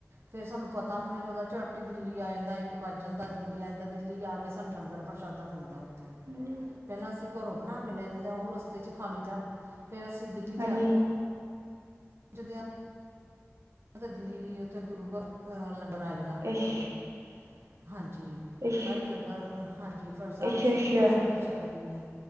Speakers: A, on the right (about 50°); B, on the right (about 75°).
A: ਫਿਰ ਸਾਨੂੰ ਪਤਾ ਵੀ ਨਹੀਂ ਲਗਦਾ ਝੱਟ ਦਿੱਲੀ ਆ ਜਾਂਦਾ। ਇੱਕ ਵੱਜ ਜਾਂਦਾ ਦਿੱਲੀ ਆ ਜਾਂਦਾ। ਦਿੱਲੀ ਆ ਕੇ ਸਾਨੂੰ ਲੰਗਰ ਪਰ ਪਰਸ਼ਾਦਾ ਮਿਲਦਾ ਉੱਥੇ।
B: <unintelligible>
A: ਪਹਿਲਾਂ ਅਸੀਂ ਘਰੋਂ ਬਣਾ ਕੇ ਲੈ ਜਈਦਾ। ਉਹ ਰਸਤੇ ਚ ਖਾਲੀ ਦਾ ਫਿਰ ਅਸੀਂ ਦਿੱਲੀ ਜਾ,
B: ਹਾਂਜੀ
A: ਪ ਪਹੁੰਚਦੇ ਦਿੱਲੀ ਉੱਥੇ ਗੁਰੂ ਘਰ ਤੋਂ ਲੰਗਰ ਆ ਜਾਂਦਾ <unintelligible>
B: ਇਸ਼
A: ਹਾਂਜੀ,
B: ਇਸ਼
A: ਸਾਰੀ ਲੰਗਰ ਹਾਂਜੀ ਸਾਰੀ
B: ਅੱਛਾ
A: ਸੰਗਤ
B: ਅੱਛਾ
A: ਪ੍ਰਸ਼ਾਦਾ ਛੱਕਦੀ ਹੈ।